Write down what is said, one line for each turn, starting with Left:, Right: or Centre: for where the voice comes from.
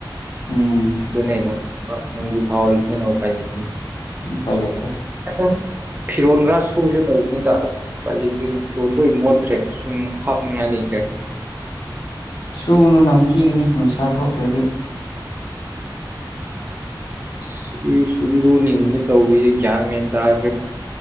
Left: ꯎꯝ
Right: ꯑꯗꯨꯅꫭ ꯅꫭꯡꯖꯨ ꯊꯥ ꯊꯥ ꯑꫭꯏꯕꯅꯤꯅ ꯑꯨꯄꯥꯏ ꯂꯩꯇꯦꯅꯦ <unintelligible>
Left: ꯎꯄꯥꯏ ꯂꯩꯇꯦ
Right: ꯐꯤꯔꯣꯟꯈꯔ ꯁꯨꯁꯦ ꯑꯣꯏꯔꯤꯕꯅꯤꯗ ꯑꯁ ꯑꯨꯄꯥꯏ ꯂꯩꯇ꯭ꯔꯤꯅꯦ ꯃꯤꯔꫭꯟ ꯂꯣꯏ ꯃꯣꯠꯈ꯭ꯔꯦ ꯁꯨꯝ ꯍꯥꯞꯅꯤꯡꯉꯥꯏ ꯂꯩꯇ꯭ꯔꯦ
Left: ꯁꯨꯒꯅꯨ ꯅꯝꯊꯤꯕꯅꯤ ꯅꯨꯡꯁꯥ ꯊꯣꯛꯇ꯭ꯔꯗꯤ
Right: ꯑꯁ ꯏꯁꯨ ꯏꯔꯨꯅꯤꯡꯉꯤ ꯇꯧꯕ <unintelligible> ꯒ꯭ꯌꯥꯟ ꯃꯦꯟ ꯇꯥꯔꯂꯦꯕ